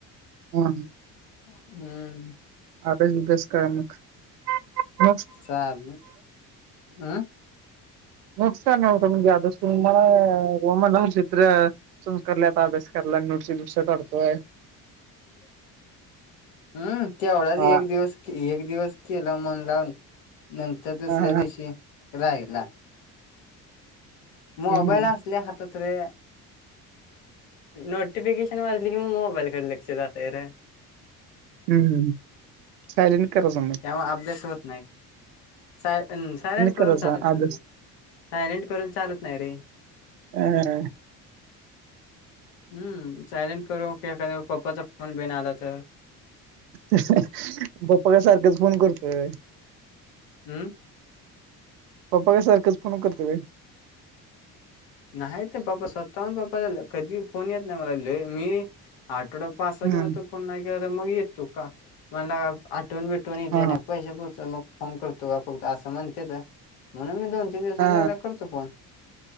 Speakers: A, on the right (about 90°); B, on the left (about 75°).
A: हम्म
B: हम्म
A: अभ्यास बिब्यास काय मग <inaudible>
B: चालेल हम्म
A: नुकसानत म्हणजे आ तुमला गोमड चित्र. <inaudible> संस्कार आता लय अभ्यास कराला नोट्स बीट्स काढतोय.
B: ठी <inaudible> हम्म तेवढाच
A: हा
B: एक दिवस एक दिवस केला मन लावून नंत- तर दुसऱ्या
A: ह
B: दिवशी राहीला. म मोबाईल
A: हम्म
B: आसले हात रे. नोटिफिकेशन वाजली की मग मोबाईलकडे लक्ष जातय र.
A: हम्म हम्म. सायलेंट करत जा मग.
B: तेव्हा अभ्यास होत नाही. साय सायलेंट करून
A: करायचा
B: चालत
A: अभ्यास
B: नाही मग, सायलेंट करून चालत नाही रे.
A: हा हा
B: हम्म सायलेंट करून उपयोग काय पप्पाचा फोन बिन आला तर.
A: पप्पा का सारखच फोन करतोय काय
B: हम्म.
A: पप्पा काय सारखंच फोन करततोय होय.
B: नाहीत पप्पा स्वतःहून पप्पा कधी फोन येत नाही मला ल मी आठवडा पाच सहा
A: हम्म
B: दिवस तर फोन नाही केला तर मग येत तू का म्हणला आठवन बिटवन येते
A: हा
B: नाही. पैसे पुरता मग फोन करतो का फक्त असं म्हणत म्हणून मी दोन तीन दिवसात
A: हा
B: एकदा करतो फोन